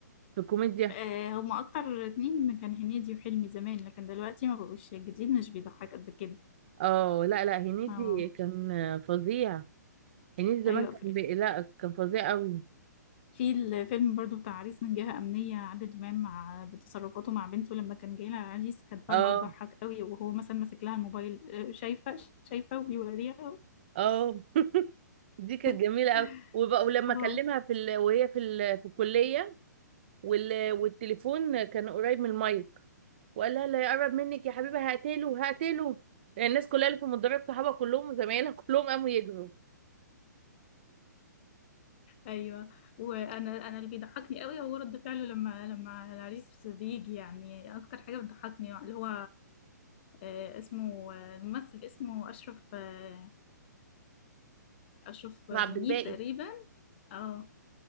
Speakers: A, on the right (about 35°); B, on the left (about 35°).
A: في الكوميديا
B: آه، هما اكتر اتنين كان هنيدي وحلمي زمان لكن دلوقتي ما بقوش الجديد مش بيضحك قد كده
A: اه لا لا هنيدي
B: اه
A: كان فظيع هنيدي زمان
B: ايوه
A: كان بي... لا كان فظيع قوي
B: في الفيلم برضو بتاع عريس من جهة أمنية عادل إمام مع بتصرفاته مع بنته لما كان جاي لها عريس كانت برضو
A: اه
B: تضحك قوي وهو مثلا ماسك لها الموبايل آه، شايفة شايفة وبيوريها
A: اه دي كانت
B: <laughs>
A: جميله قوي وبقى ولما
B: اهو
A: اكلمها في ال... وهي في ال... في الكليه وال... والتليفون كان قريب من المايك وقال لها لا يقرب منك يا حبيبي هقتله هقتله يعني الناس كلها اللي في المدرج صحابها كلهم وزمايلها كلهم قاموا يجروا
B: ايوه وانا انا اللي بيضحكني قوي هو رد فعله لما لما العريس بيجي يعني اكتر حاجه بتضحكني اللي هو آه، اسمه آه، الممثل اسمه اشرف آه، اشرف
A: عبد
B: منيب
A: الباقي
B: تقريبا اه